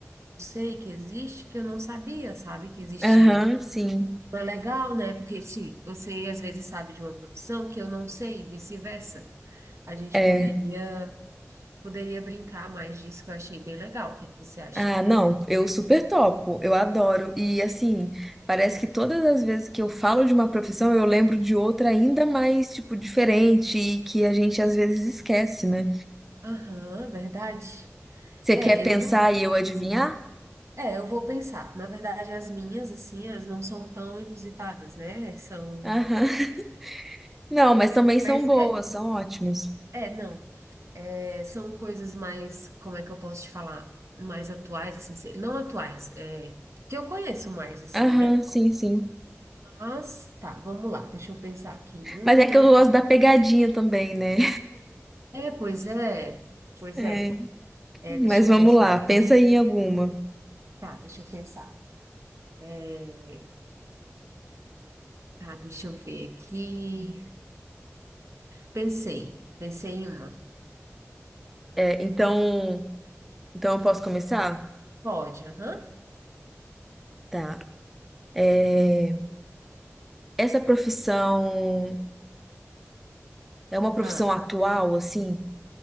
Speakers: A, on the right; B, in the centre.
A: sei que existe, que eu não sabia, sabe, que existia.
B: Aham, sim.
A: Mas é legal, né? Porque se você às vezes sabe de uma profissão que eu não sei, e vice-versa. A gente
B: É.
A: poderia, poderia brincar mais disso, que eu achei bem legal. O que que você acha?
B: Ah, não, eu super topo, eu adoro. E assim, parece que todas as vezes que eu falo de uma profissão, eu lembro de outra ainda mais, tipo, diferente e que a gente às vezes esquece, né?
A: Aham, verdade.
B: Você
A: É,
B: quer
A: eu
B: pensar e eu adivinhar?
A: É, eu vou pensar. Na verdade, as minhas, assim, elas não são tão inusitadas, né? São,
B: Aham. Não, mas
A: são
B: também são
A: mais.
B: boas,
A: É,
B: são ótimas.
A: é, não. É, são coisas mais, como é que eu posso te falar? Mais atuais, assim, se- não atuais, é, que eu conheço mais, assim,
B: Aham,
A: né?
B: sim, sim.
A: Mas, tá, vamos lá, deixa eu pensar aqui em uma.
B: Mas é que eu gosto da pegadinha também, né?
A: É, pois é, pois
B: É,
A: é. É, deixa
B: mas
A: eu
B: vamos
A: pensar
B: lá,
A: aqui.
B: pensa aí em alguma.
A: Tá, deixa eu pensar. É, Tá, deixa eu ver aqui. Pensei, pensei em uma.
B: É, então, então eu posso começar?
A: Pode, aham.
B: Tá. É, essa profissão é uma profissão
A: Ah,
B: atual, assim,